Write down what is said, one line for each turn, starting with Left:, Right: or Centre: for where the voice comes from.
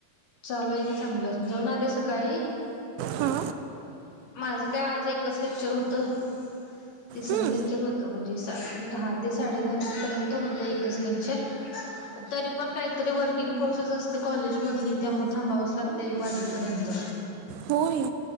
Left: चालू आहे की चांगलं जाऊन आले सकाळी
Right: हां
Left: माझं काय आज एकच लेक्चर होतं, तिसरं
Right: हं,
Left: लेक्चर होतं म्हणजे दहा ते साडे दहा पर्यंत होतं एकच लेक्चर <unintelligible> तरी पण काहीतरी वर्किंग प्रोसेस असते कॉलेजमधली त्यामुळे थांबावंच लागतं एक वाजेपर्यंत
Right: होय